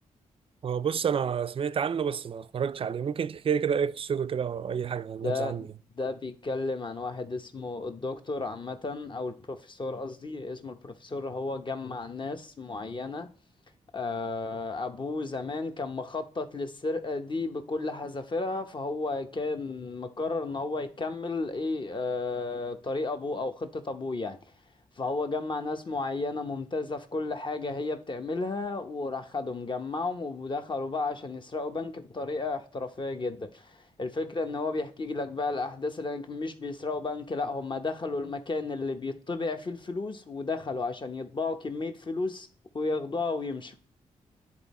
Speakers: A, on the right (about 45°); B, on the left (about 35°).
A: هو بص انا سمعت عنه بس ما اتفرجتش عليه ممكن تحكي لي كده ايه قصته كده او اي حاجة نبذة
B: ده
A: عنه يعني
B: ده بيتكلم عن واحد اسمه الدكتور عامة او البروفيسور قصدي اسمه البروفيسور هو جمع ناس معينة آه، أبوه زمان كان مخطط للسرقة دي بكل حذافيرها فهو كان مقرر إن هو يكمل إيه آه، طريق أبوه أو خطة أبوه يعني فهو جمع ناس معينة ممتازة في كل حاجة هي بتعملها وراح خدهم جمعهم ودخلوا بقى عشان يسرقوا بنك بطريقة احترافية جدا الفكرة ان هو بيحكي لك بقى الاحداث اللي هناك مش بيسرقوا بنك لا هم دخلوا المكان اللي بيطبع فيه الفلوس ودخلوا عشان يطبعوا كمية فلوس وياخدوها ويمشوا